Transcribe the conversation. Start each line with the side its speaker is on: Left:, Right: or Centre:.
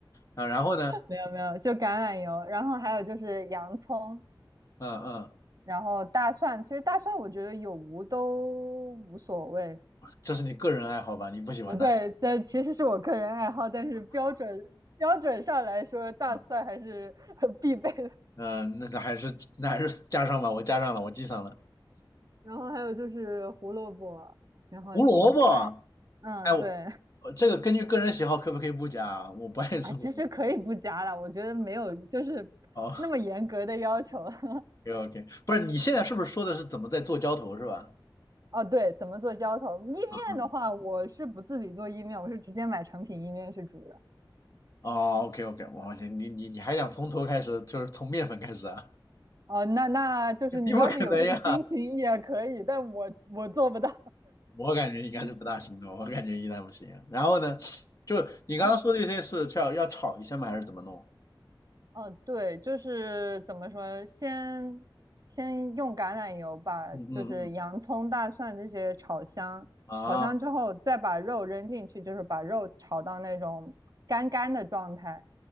Left: 啊，然后呢？
Right: 没有没有，就橄榄油，然后还有就是洋葱，
Left: 嗯嗯，
Right: 然后大蒜。其实大蒜我觉得有无都无所谓。
Left: 这是你个人爱好吧？你不喜欢的。
Right: 呃，对，这其实是我个人爱好，但是标准标准上来说，大蒜还是很必备的。
Left: 嗯嗯，那那还是那还是加上吧，我加上了，我记上了。
Right: 然后还有就是胡萝卜，然后芹菜，
Left: 胡萝卜，
Right: 嗯，
Left: 哎，我
Right: 对，
Left: 我这个根据个人喜好可不可以不加啊？我不爱吃胡萝卜。
Right: 啊，其实可以不加了，我觉得没有就是那么严格的要求。
Left: 好
Right: <laughs>
Left: ，OK OK，不是你现在是不是说的是怎么在做浇头是吧？
Right: 哦，对，怎么做浇头？意面的话，
Left: 嗯
Right: 我是不自己做意面，我是直接买成品意面去煮的。
Left: 哦，OK OK，我你你你你还想从头开始，就是从面粉开始啊？
Right: 哦，那那就是你要是有这个心情也可以，
Left: <laughs> 肯定不可能呀，
Right: 但我我做不到。
Left: 我感觉应该是不大行的，
Right: 嗯
Left: 我感觉应该不行。然后呢，就你刚刚说这些是要要炒一下吗？
Right: <laughs>，然后，
Left: 还是怎么弄？
Right: 哦，对，就是怎么说，先先用橄榄油把就是洋葱、
Left: 嗯嗯嗯，
Right: 大蒜这些炒香，
Left: 啊，
Right: 炒香之后再把肉扔进去，就是把肉炒到那种干干的状态。